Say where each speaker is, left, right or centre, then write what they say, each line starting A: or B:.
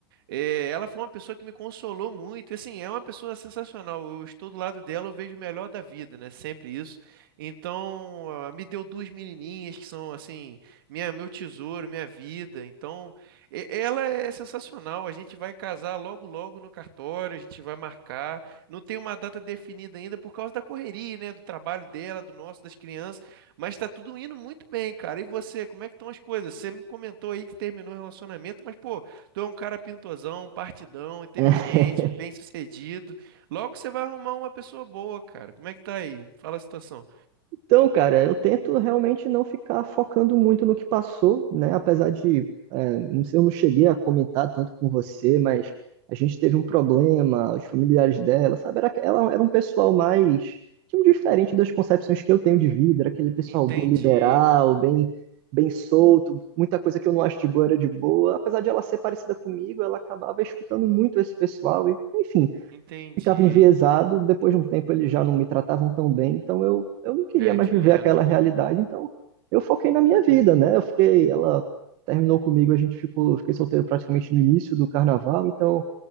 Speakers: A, on the right (about 55°); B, on the right (about 35°).
A: É, ela foi uma pessoa que me consolou muito. e, Assim, é uma pessoa sensacional. Eu estou do lado dela, eu vejo o melhor da vida, né? Sempre isso. Então, ah, me deu duas menininhas que são, assim, minha, meu tesouro, minha vida. Então, e- ela é sensacional. A gente vai casar logo, logo no cartório. A gente vai marcar. Não tem uma data definida ainda por causa da correria, né? Do trabalho dela, do nosso, das crianças. Mas tá tudo indo muito bem, cara. E você, como é que estão as coisas? Você me comentou aí que terminou o relacionamento, mas, pô. Tu é um cara pintozão, partidão, inteligente,
B: <laughs>
A: bem-sucedido. Logo você vai arrumar uma pessoa boa, cara. Como é que tá aí? Me Fala a situação.
B: Então, cara, eu tento realmente não ficar focando muito no que passou, né? Apesar de, é, não sei, eu não cheguei a comentar tanto com você, mas a gente teve um problema, os familiares dela, sabe? Era, ela era um pessoal mais, tipo, diferente das concepções que eu tenho de vida, era aquele pessoal
A: Entendi,
B: bem liberal, bem, bem solto, muita coisa que eu não acho de boa era de boa. Apesar de ela ser parecida comigo, ela acabava escutando muito esse pessoal e, enfim
A: entendi.
B: ficava enviesado, depois de um tempo eles já não me tratavam tão bem, então eu, eu não queria
A: É,
B: mais
A: que
B: viver
A: pena.
B: aquela realidade, então eu foquei na minha vida, né? Eu fiquei, ela terminou comigo, a gente ficou, eu fiquei solteiro praticamente no início do carnaval, então